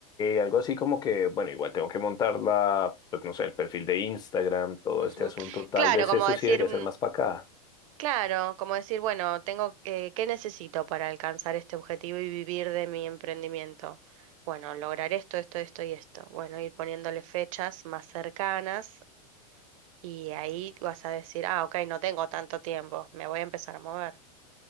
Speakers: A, on the left (about 20°); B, on the right (about 55°).
A: algo así como que, bueno, igual tengo que montar la, pues no sé, el perfil de Instagram, todo
B: Ujú.
A: este asunto. Tal
B: Claro,
A: vez
B: como
A: eso
B: decir.
A: sí debería
B: mm,
A: ser más para acá.
B: Claro, como decir, bueno, tengo eh, ¿qué necesito para alcanzar este objetivo y vivir de mi emprendimiento? Bueno, lograr esto, esto, esto y esto. Bueno, ir poniéndole fechas más cercanas y ahí vas a decir, ah, ok, no tengo tanto tiempo, me voy a empezar a mover.